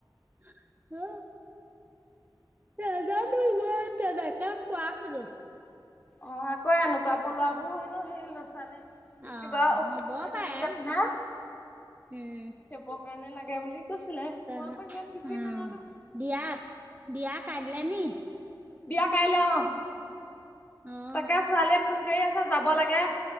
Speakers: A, on the right; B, on the left.
A: <unintelligible> নেজানো মই তেনেকে কোৱা শুনো।
B: অ আকৌ এনেকুৱা পলোৱাবোৰ হেনো সেই ল'ৰা-ছোৱালীক
A: অ',
B: কিবা অসুখ
A: হ'ব
B: হ'লে দিঙিত
A: পাৰে
B: যে পিন্ধাই
A: উম,
B: হেপ কাৰণে লাগে বুলি কৈছিলে
A: তেনে
B: মই আকৌ ইমান বিশেষ
A: উম,
B: নাজানো।
A: বিয়া বিয়া কাইলে নি
B: বিয়া কাইলে অ
A: অ
B: তাকে ছোৱালীয়ে ফোন কৰি আছে যাব লাগে